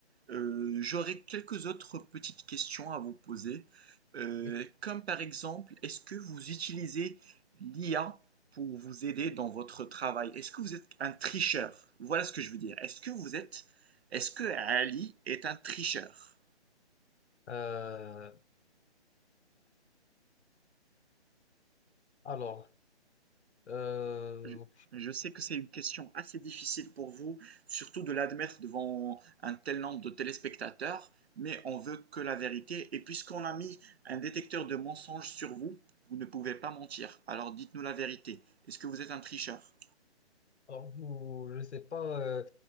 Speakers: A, on the right (about 65°); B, on the left (about 80°).
A: Euh, j'aurais quelques autres petites questions à vous poser, Euh,
B: Oui.
A: comme par exemple, est-ce que vous utilisez l'IA pour vous aider dans votre travail? Est-ce que vous êtes un tricheur? Voilà ce que je veux dire. Est-ce que vous êtes, est-ce que Ali est un tricheur?
B: Euh, Alors, euh,
A: Je, je sais que c'est une question assez difficile pour vous, surtout de l'admettre devant un tel nombre de téléspectateurs, mais on veut que la vérité. Et puisqu'on a mis un détecteur de mensonges sur vous, vous ne pouvez pas mentir. Alors dites-nous la vérité. Est-ce que vous êtes un tricheur?
B: alors vous, je sais pas euh,